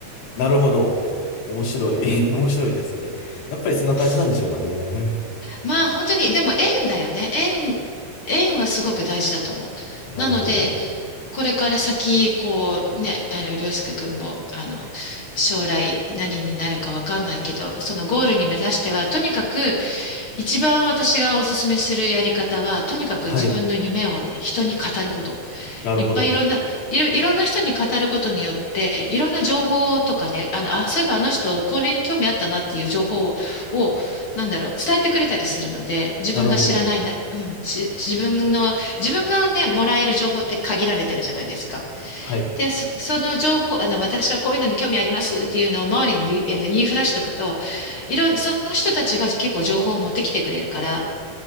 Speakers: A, on the left; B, on the left.
A: なるほど。面白い。<laughs> 面白いですね。やっぱりそんな感じなんでしょうかね。
B: <laughs> まあ本当に、でも縁だよね。縁、縁はすごく大事だと思う。
A: <laughs> なるほど。
B: なので、これから先、こうね、あの、りょうすけくんも、あの、将来何になるかわかんないけど、そのゴールに目指しては、とにかく、一番私がお勧めするやり方は、とにかく自分の夢をね、
A: はい。
B: 人に語ること。
A: なるほど。
B: いっぱいいろんな、いろ、いろんな人に語ることによって、いろんな情報とかね、あの、あ、そういえばあの人、これに興味あったなっていう情報を、なんだろう、伝えてくれたりするので、自分が知らないな、
A: なるほど。
B: うん、し、自分の、自分がね、もらえる情報って限られてるじゃないですか。
A: はい。
B: で、そ、その情報、あの、私はこういうのに興味ありますっていうのを周りに言い、あの、言いふらしとくと、いろん、その人たちが結構情報を持ってきてくれるから、